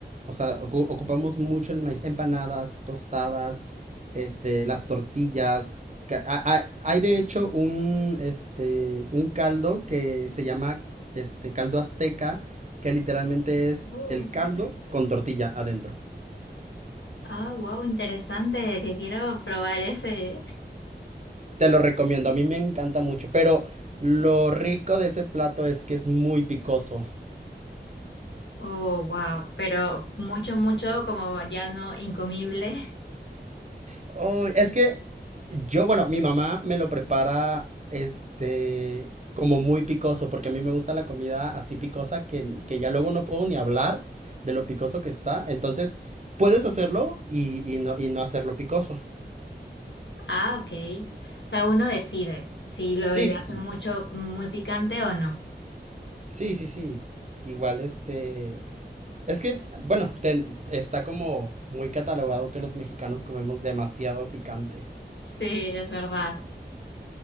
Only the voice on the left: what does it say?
Oh.
Ah, wow, interesante, que quiero probar ese.
Oh, wow, pero mucho, mucho como ya no incomible. <laughs>
Ah, ok. O sea, uno decide si lo
le
hace
mucho, muy picante o no.
Sí, es verdad.